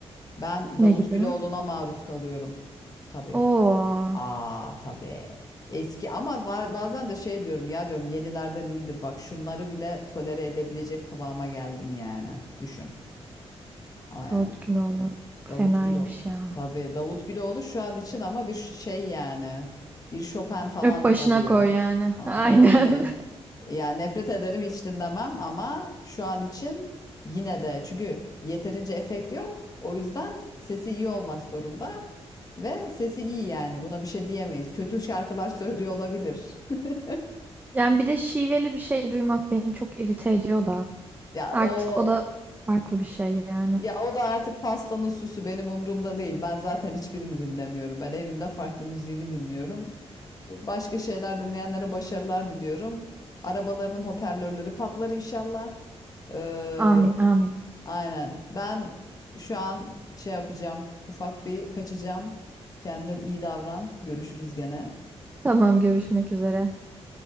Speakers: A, on the left; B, on the right.
A: Ben
B: Ne
A: Davut
B: gibi?
A: Güloğlu'na maruz kalıyorum. Tabii.
B: Oo,
A: Aa tabii. Eski ama ba- bazen de şey diyorum ya diyorum yenilerden iyidir bak şunları bile tolere edebilecek kıvama geldim yani. Düşün. Ama yani
B: Davut Güloğlu. Fenaymış
A: Davut Güloğlu.
B: ya.
A: Tabii Davut Güloğlu şu an için ama bir ş- şey yani. Bir Chopin falan
B: Öp başına
A: oluyor.
B: koy yani.
A: Aa,
B: <laughs> Aynen.
A: o öyle. Yani nefret ederim hiç dinlemem ama şu an için yine de çünkü yeterince efekt yok. O yüzden sesi iyi olmak zorunda ve sesi iyi yani. Buna bir şey diyemeyiz. Kötü şarkılar söylüyor olabilir. <laughs>
B: Yani bir de şiveli bir şey duymak beni çok irite ediyor da.
A: Ya
B: Artık
A: o
B: o da farklı bir şey yani.
A: ya o da artık pastanın süsü benim umurumda değil. Ben zaten hiçbirini dinlemiyorum. Ben evimde farklı müziğimi dinliyorum. Başka şeyler dinleyenlere başarılar diliyorum. Arabalarının hoparlörleri patlar inşallah. Ee,
B: Amin, amin.
A: aynen. Ben şu an şey yapacağım. Ufak bir kaçacağım. Kendine iyi davran. Görüşürüz gene.
B: Tamam, görüşmek üzere.